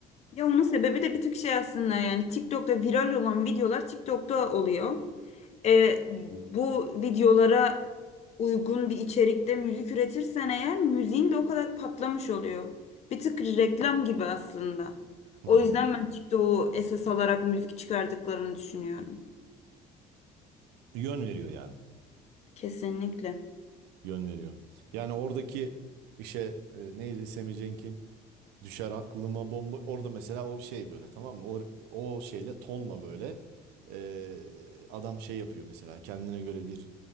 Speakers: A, on the left (about 45°); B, on the right (about 85°).
A: Ya onun sebebi de bir tık şey aslında yani TikTok'ta viral olan videolar TikTok'ta oluyor. E, bu videolara uygun bir içerikte müzik üretirsen eğer müziğin de o kadar patlamış oluyor. Bir tık reklam gibi aslında.
B: Hmm.
A: O yüzden ben TikTok'u esas alarak müzik çıkardıklarını düşünüyorum.
B: Yön veriyor yani.
A: Kesinlikle.
B: Yön veriyor. Yani oradaki işe e, neydi Sammy Cenk'in düşer aklıma bomba. Orada mesela o şey böyle tamam mı? O, o şeyle tonla böyle e, adam şey yapıyor mesela kendine göre bir